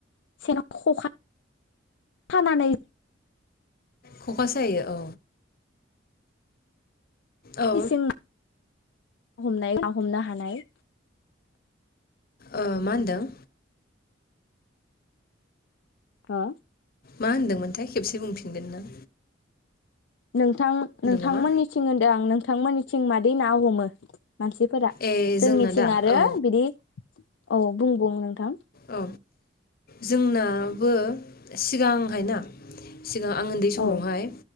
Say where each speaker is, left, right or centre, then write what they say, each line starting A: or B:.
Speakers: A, on the left; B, on the left.
A: सेनाव खखा खानानै
B: खखा सायो। औ।
A: मेचिं हमनाय ना हमनो हानाय
B: ओ मा होनदों?
A: ओ
B: मा होनदोंमोनथाय? खेबसे बुंफिनगोन ना?
A: नोंथां नोंथांमोननिथिं
B: नामा
A: होनदो आं नों थांमोननिथिं मादि ना हमो? मानसिफोरा
B: ए
A: जोंनिथिं
B: जोंना दा
A: आरो
B: औ
A: बिदि अ बुं बुं नोंथां।
B: औ जोंना बो सिगांहायना सिगां आं उन्दै समावहाय
A: औ